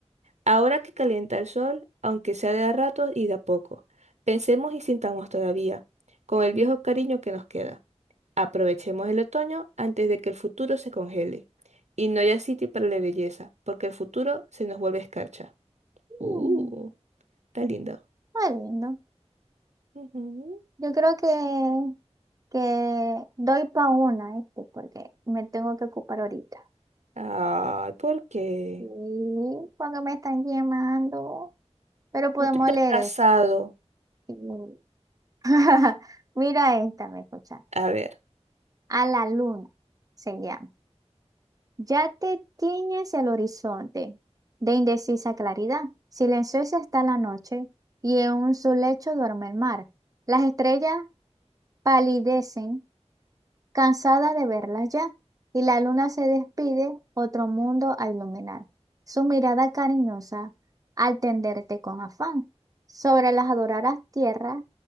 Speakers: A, on the right; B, on the right.
A: Ahora que calienta el sol, aunque sea de a ratos y de a poco, pensemos y sintamos todavía, con el viejo cariño que nos queda. Aprovechemos el otoño antes de que el futuro se congele y no haya sitio para la belleza, porque el futuro se nos vuelve escarcha.
B: Mm,
A: Uh, está lindo.
B: Está lindo.
A: Ujú.
B: Yo creo que, que doy pa' una, este, porque me tengo que ocupar ahorita.
A: Ay, ¿por qué?
B: Sí, porque me están llamando, pero podemos
A: No te has
B: leer
A: casado.
B: esto. Sí. <laughs> Mira esta, me escuchan.
A: A ver.
B: A la luna se llama. Ya te tiñes el horizonte de indecisa claridad. Silenciosa está la noche y en su lecho duerme el mar. Las estrellas palidecen, cansada de verlas ya, y la luna se despide, otro mundo a iluminar. Su mirada cariñosa al tenderte con afán sobre las adoradas tierras